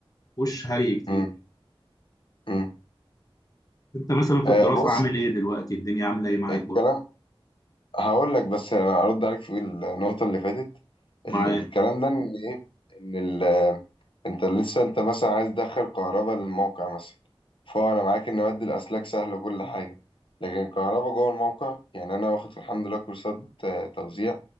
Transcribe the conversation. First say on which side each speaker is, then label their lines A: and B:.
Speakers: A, on the left; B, on the left.
A: ومفهوش هري كتير
B: مم. مم.
A: انت مثلا في
B: آه
A: الدراسه
B: بص
A: عامل ايه دلوقتي الدنيا عامله ايه معاك
B: الكلام
A: برضه
B: هقول لك بس انا ارد عليك في النقطه اللي فاتت
A: مع
B: ال الكلام ده ان ايه ان ال انت لسه انت مثلا عايز تدخل كهرباء للموقع مثلا فهو انا معاك ان مد الاسلاك سهل وكل حاجه لكن كهرباء جوه الموقع يعني انا واخد الحمد لله كورسات آه، توزيع